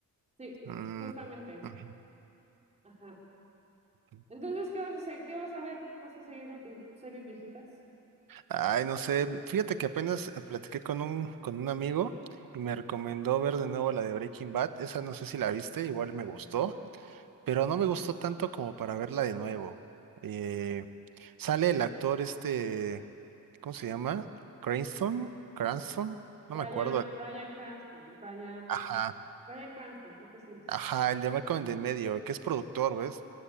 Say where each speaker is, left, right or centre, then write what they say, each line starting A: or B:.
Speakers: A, on the right; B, on the right.
A: sí,
B: Mm,
A: justamente.
B: ujú,
A: Ajá.
B: mm.
A: Entonces, ¿qué vas a hacer? ¿Qué vas a ver? ¿Vas a seguir con tus series viejitas?
B: Ay, no sé, fíjate que apenas eh, platiqué con un, con un amigo y me recomendó ver de nuevo la de Breaking Bad. Esa no sé si la viste, igual
A: Mm.
B: me gustó, pero no me gustó tanto como para verla de nuevo. Eh, sale el actor este, ¿cómo se llama? Cranston, Cranston, no
A: Bryan,
B: me acuerdo.
A: Bryan Cranston, Bryan,
B: Ajá.
A: Bryan Cranston, creo que sí es.
B: Ajá, el de Malcolm de en medio, que es productor, ¿ves?